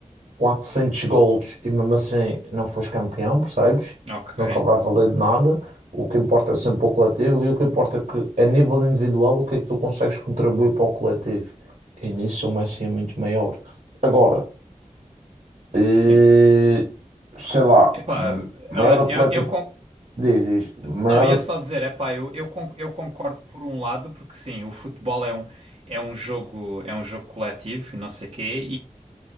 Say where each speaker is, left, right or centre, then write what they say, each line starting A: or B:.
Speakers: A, on the right; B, on the right.
A: 400 golos e mesmo assim não fores campeão, percebes?
B: Ok.
A: Nunca vai valer de nada. O que importa é sempre o coletivo e o que importa é que, a nível individual, o que é que tu consegues contribuir para o coletivo. E nisso o Messi é muito maior. Agora, eh,
B: Sim.
A: sei lá,
B: Epá,
A: hum, maior atleta.
B: eu, eu, eu con-
A: Diz, diz, maior,
B: não, ia só dizer, epá, eu, eu, con- eu concordo por um lado, porque sim, o futebol é um, é um jogo, é um jogo coletivo e não sei quê,